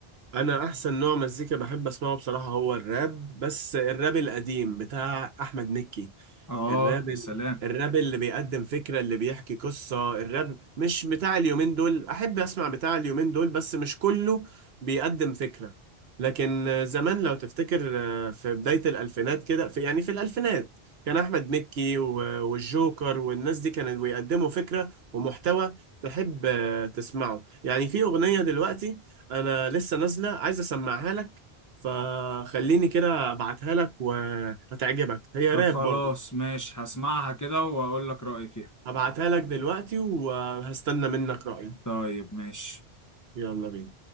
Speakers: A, on the right; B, on the left.
A: انا احسن نوع مزيكا بحب اسمعه بصراحة هو الراب بس الراب القديم بتاع احمد مكي
B: اه
A: الراب
B: يا
A: ال-
B: سلام
A: الراب اللي بيقدم فكرة اللي بيحكي قصة الراب مش بتاع اليومين دول أحب أسمع بتاع اليومين دول بس مش كله بيقدم فكرة لكن زمان لو تفتكر آه، في بداية الألفينات كده في يعني في الألفينات كان أحمد مكي و- والجوكر والناس دي كانوا بيقدموا فكرة ومحتوى تحب آه، تسمعه يعني في أغنية دلوقتي أنا لسه نازلة عايز أسمعها لك فخليني كده أبعتها لك وهتعجبك هي
B: طب
A: راب
B: خلاص
A: برضو
B: ماشي هسمعها كده واقول لك رأيي فيها
A: هبعتها لك دلوقتي وهستنى منك رأيك
B: طيب ماشي
A: يلا بينا